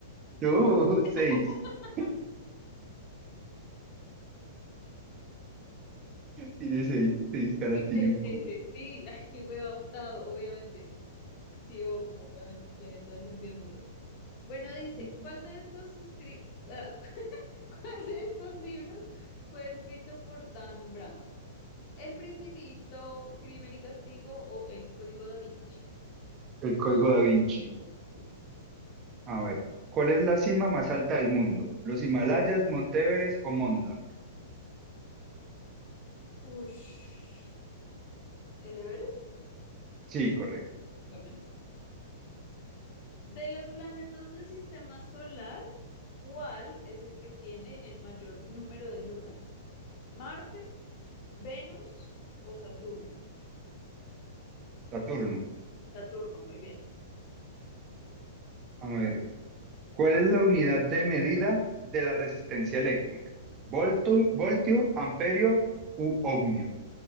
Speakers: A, on the right (about 25°); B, on the left (about 40°).
A: no, seis.
B: <laughs>
A: <laughs> Tiene seis, seis caras,
B: Sí,
A: tiene
B: sí,
A: un
B: sí,
A: cubo.
B: sí. sí. Ay, qué hueva, un dado, obviamente. Sí, ob- obviamente. Tiene todo el sentido del mundo. Bueno, dice,
A: Ujú.
B: ¿cuál de estos escri- ah, <laughs> ¿cuál de estos libros fue escrito por Dan Brown? ¿El Principito, Crimen y Castigo o El Código da Vinci?
A: El código da Vinci.
B: ¿Mm?
A: A ver, ¿cuál es la cima más alta del mundo? ¿Los Himalayas, Monte Everest o Mont Blanc?
B: Ush. ¿El Everest?
A: Sí, correcto.
B: Bueno, de los planetas del sistema solar, ¿cuál es el que tiene el mayor número de lunas? ¿Marte, Venus o Saturno?
A: Saturno.
B: Saturno, muy bien.
A: A ver, ¿cuál es la unidad de medida de la resistencia eléctrica? ¿Volto, voltio, amperio u ohmio? <laughs>